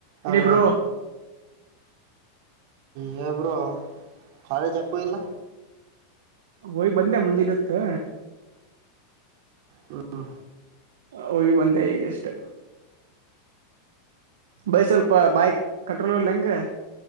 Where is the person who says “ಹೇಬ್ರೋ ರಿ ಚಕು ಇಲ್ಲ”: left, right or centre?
Right